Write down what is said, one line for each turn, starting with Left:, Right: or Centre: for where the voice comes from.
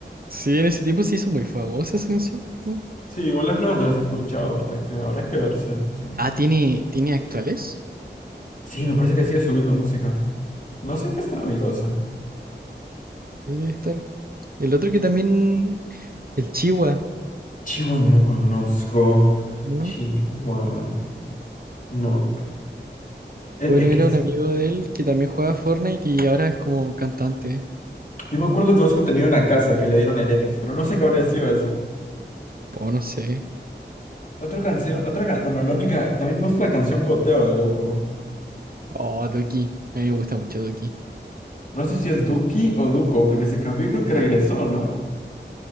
Right: Sí, en ese tiempo se hizo muy famosa esa canción. ¿no?
Left: Sí, igual las nuevas no las he escuchado, pero hay que, habrá que verse. Sí.
Right: Ah, ¿tiene, tiene actuales?
Left: Sí, me parece que sigue subiendo música. No sé en
Right: Oh,
Left: qué estará mi causa.
Right: ahí debe estar. El otro que también, el Chihuahua,
Left: Chihuahua no lo conozco.
Right: ¿no?
Left: Chihuahua. No. El,
Right: Bueno,
Left: el
Right: era
Left: que es-
Right: un amigo de él que también jugaba Fortnite y ahora es como cantante.
Left: Yo me acuerdo que Oscu tenía una casa que le dieron Heretics, pero no sé qué habría sido eso.
Right: O no sé.
Left: Otra canción, otra canción, bueno, la única, también me gusta la canción Goteo de Duco.
Right: Oh, Duki. A mí me gusta mucho Duki.
Left: No sé si es Duki o Duco, porque se cambió y creo que regresó, ¿no?